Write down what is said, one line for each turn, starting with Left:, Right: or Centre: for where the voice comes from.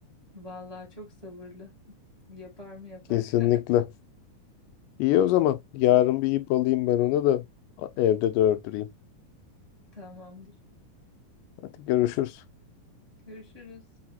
Right: Vallahi çok sabırlı. Yapar mı yapar.
Left: Kesinlikle. İyi o zaman. Yarın bir ip alayım ben onu da evde de ördüreyim.
Right: <laughs> Tamamdır.
Left: Hadi görüşürüz.
Right: Görüşürüz.